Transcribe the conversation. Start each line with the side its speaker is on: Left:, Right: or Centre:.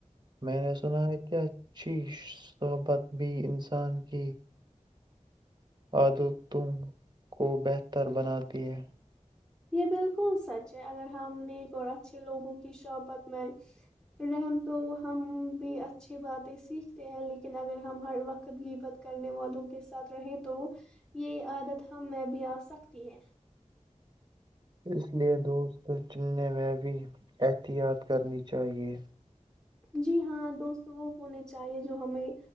Right: میں نے سنا ہے کیا اچھی صحبت بھی انسان کی آدو تم کو بہتر بناتی ہے
Centre: یہ بالکل سچ ہے اگر ہم نیک اور اچھے لوگوں کی شحبت میں رہم تو ہم بھی اچھی باتیں سیکھتے ہیں لیکن اگر ہم ہر وقت گ بت کرنے والوں کے ساتھ رہیں تو یہ عادت ہم میں بھی آ سکتی ہے
Right: اس لیے دوست چننے میں بھی احتیاط کرنی چاہیے
Centre: جی ہاں دوست وہ ہونے چاہیے جو ہمیں